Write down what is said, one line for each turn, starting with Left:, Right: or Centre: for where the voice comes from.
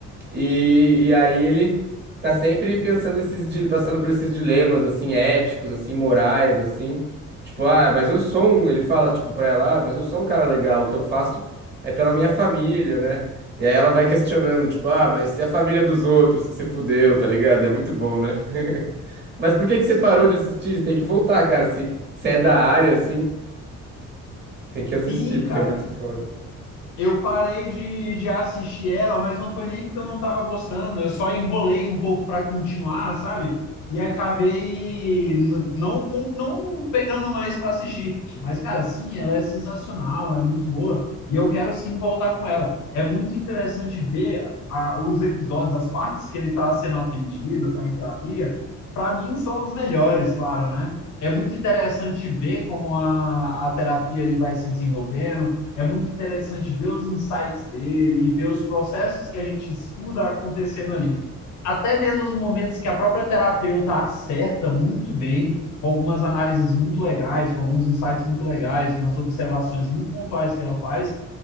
Right: E, e aí ele tá sempre pensando esses, di- passando por esses dilemas, assim, éticos, assim, morais, assim. Tipo, ah, mas eu sou um, ele fala, tipo, pra ela, ah, mas eu sou um cara legal, o que eu faço é pela minha família, né? E aí ela vai questionando, tipo, ah, mas e a família dos outros que você fudeu, tá ligado? É muito bom, né? <laughs> Mas por que
Left: Sim,
Right: que você parou de assistir? Tem que voltar, cara, se, se é da área, assim, tem que assistir,
Left: sim, cara.
Right: porque é muito foda.
Left: Eu parei de, de assistir ela, mas não foi nem porque eu não estava gostando, eu só enrolei um pouco para continuar, sabe? E acabei n- não, com- não pegando mais para assistir. Mas, cara, sim, ela é sensacional, é muito boa, e eu quero sim voltar com ela. É muito interessante ver a- os episódios, as partes que ele está sendo atendido, está em terapia. Para mim, são os melhores, claro, né? É muito interessante ver como a, a terapia ele vai se desenvolvendo é muito interessante ver os insights dele e ver os processos que a gente estuda acontecendo ali. Até mesmo os momentos que a própria terapeuta acerta muito bem, com algumas análises muito legais, com alguns insights muito legais, umas observações muito pontuais que ela faz,